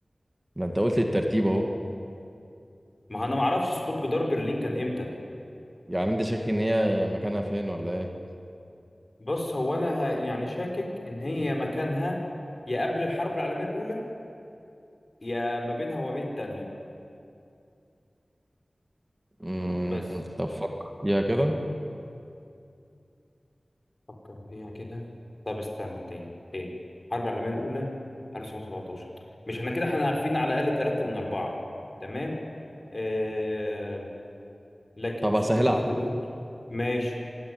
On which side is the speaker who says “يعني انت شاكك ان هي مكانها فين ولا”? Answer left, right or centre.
Right